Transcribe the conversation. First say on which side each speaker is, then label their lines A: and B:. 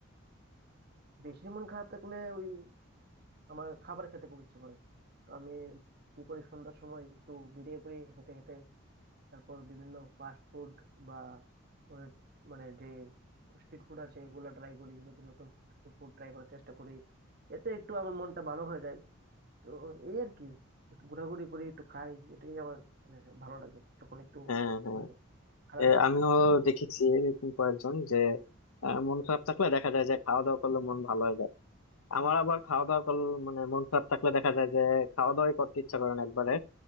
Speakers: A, on the right; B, on the left.
A: বেশি মন খারাপ থাকলে ওই আমার খাবার খেতে খুব ইচ্ছে করে তো আমি কি করি সন্ধ্যার সময় একটু বেরিয়ে পড়ি হেঁটে হেঁটে তারপর বিভিন্ন ফাস্ট ফুড বা ওই মানে যে স্ট্রিট ফুড আছে এগুলো ট্রাই করি নতুন নতুন ফুড ট্রাই করার চেষ্টা করি এতে একটু আমার মনটা ভালো হয়ে যায় তো এই আর কি একটু ঘোরাঘুরি করি একটু খাই এটাই আমার মানে ভালো লাগে যখন একটু
B: হ্যাঁ হ্যাঁ
A: মানে খারাপ
B: এ,
A: লাগে
B: আমিও দেখেছি এরকম কয়েকজন যে আহ, মন খারাপ থাকলে দেখা যায় যে খাওয়া দাওয়া করলে মন ভালো হয়ে যায় আমার আবার খাওয়া দাওয়া করলে মানে মন খারাপ থাকলে দেখা যায় যে খাওয়া দাওয়াই করতে ইচ্ছা করে না একবারে